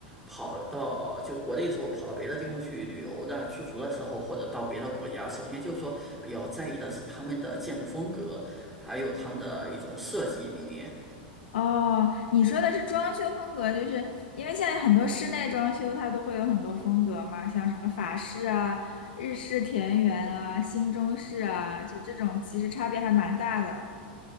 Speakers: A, in the centre; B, on the left.
A: 跑到就国内的时候，跑到别的地方去旅游的、出足的时候，或者到别的国家，首先就是说比较在意的是他们的建筑风格，还有他们的一种设计理念。
B: 哦，你说的是装修风格，就是因为现在很多室内装修它都会有很多风格嘛，像什么法式啊、日式田园啊、新中式啊，就这种其实差别还蛮大的，